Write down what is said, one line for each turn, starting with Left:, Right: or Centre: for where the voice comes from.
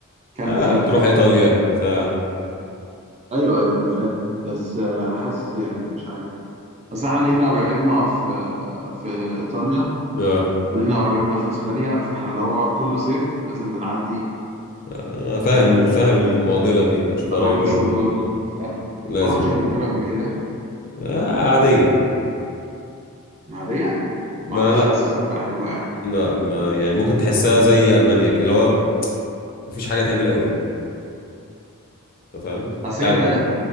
Right: كام
Left: آه
Right: بلد
Left: تروح
Right: كده
Left: ايطاليا بتاع
Right: ايوه ايوه انا فاهم بس آه حاسس يعني مش عارف بس احنا لينا قرايبنا في في ايطاليا
Left: اه
Right: ولينا قرايبنا في اسبانيا فاحنا اللي هو كل صيف لازم بنعدي
Left: آه، فاهم
Right: على ده شويه
Left: فاهم المعضله دي تشوف
Right: فنروح
Left: قرايبك
Right: نشوف
Left: و...
Right: دول فاهم
Left: لازم
Right: ما رحتش
Left: طبعا
Right: انجلترا قبل كده
Left: آه عادية
Right: معديه
Left: ما
Right: ما اعرفش
Left: لا
Right: حاسس هتبقى حلوه يعني
Left: لا ما يعني ممكن تحسها زي ألمانيا كده، اللي هو مفيش حاجة تعمل قوي انت فاهم
Right: اصل
Left: يعني
Right: هي بلد